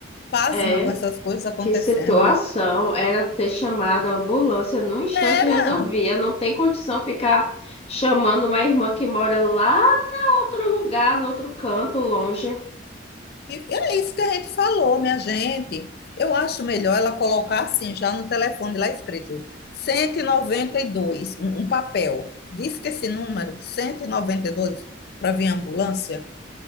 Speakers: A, on the left; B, on the left.
A: Pasma
B: É.
A: com essas coisas acontecendo.
B: Que situação. Era ter chamado a ambulância. Num instante
A: Era!
B: resolvia. Não tem condição ficar chamando uma irmã que mora lá no outro lugar, no outro canto, longe.
A: E é isso que a gente falou, minha gente. Eu acho melhor ela colocar assim, já no telefone lá escrito 192, um, um papel. Diz que esse número, cento e e noventa e dois para vir ambulância,